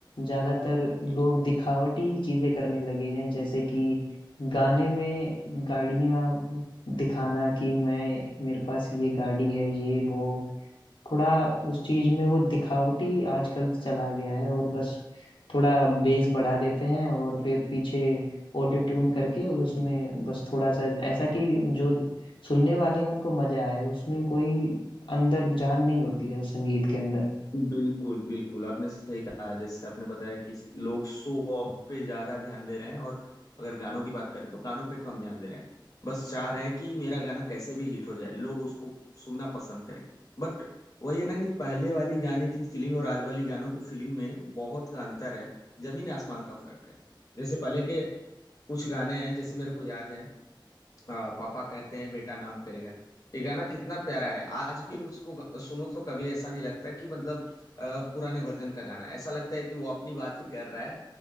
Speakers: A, on the left; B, on the left.
A: ज्यादातर लोग दिखावटी चीजें करने लगे हैं जैसे कि गाने में गाड़ियां दिखाना कि मैं मेरे पास ये गाड़ी है ये वो थोड़ा उस चीज में वो दिखावटी आजकल चला गया है और बस थोड़ा बेस बढ़ा देते हैं और फिर पीछे ऑटो ट्यून करके उसमें बस थोड़ा सा ऐसा कि जो सुनने वाले हैं उनको मजा आए उसमें कोई अंदर जान नहीं होती है उस संगीत के अंदर
B: बिल्कुल बिल्कुल आपने सही कहा जैसे आपने बताया कि लोग शो ऑफ पे ज्यादा ध्यान दे रहे हैं और अगर गानों की बात करें तो गानों पे कम ध्यान दे रहे हैं बस चाह रहे हैं कि मेरा गाना कैसे भी हिट हो जाए लोग उसको सुनना पसंद करें बट वही है ना कि पहले वाली गाने की फीलिंग और आज वाली गानों की फीलिंग में बहुत का अंतर है जमीन आसमान का फर्क है जैसे पहले के कुछ गाने हैं जैसे मेरे को याद है आ, पापा कहते हैं बेटा नाम करेगा ये गाना कितना प्यारा है आज भी उसको ग- सुनो तो कभी ऐसा नहीं लगता कि मतलब आ, पुराने वर्जन का गाना ऐसा लगता है कि वो अपनी बात ही कर रहा है